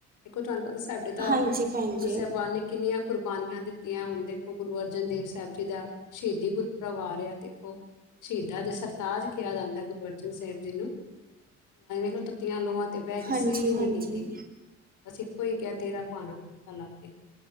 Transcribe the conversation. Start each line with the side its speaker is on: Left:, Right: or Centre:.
Left: ਇੱਕ ਕੋੋ ਤੁਹਾਨੂੰ ਪਤਾ ਸਾਡੇ ਤਾਂ
Right: ਹਾਂਜੀ ਭੈਣ
Left: ਗੁਰੂ
Right: ਜੀ
Left: ਸਾਹਿਬਾਨ ਨੇ ਕਿੰਨੀਆਂ ਕੁਰ ਕੁਰਬਾਨੀਆਂ ਦਿੱਤੀਆਂ ਹੁਣ ਦੇਖੋ ਗੁਰੂ ਅਰਜਨ ਦੇਵ ਸਾਹਿਬ ਜੀ ਦਾ ਸ਼ਹੀਦੀ ਗੁਰੂ ਪੂਰਬ ਆ ਦੇਖੋ, ਸ਼ਹੀਦਾਂ ਦੇ ਸਰਤਾਜ ਕਿਹਾ ਜਾਂਦਾ ਗੁਰੂ ਅਰਜਨ ਸਾਹਿਬ ਜੀ ਨੂੰ ਨੂੰ ਤੱਤੀਆਂ ਲੋਆ ਤੇ ਬਹਿ ਕਿਸੇ
Right: ਹਾਂਜੀ
Left: ਵੀ
Right: ਹਾਂਜੀ
Left: ਨੀ ਕੀਤੀ ਅਸੀਂ ਕੋਈ ਕਹਿ ਤੇਰਾ ਭਾਣਾ ਮਿੱਠਾ ਲਾਗੇ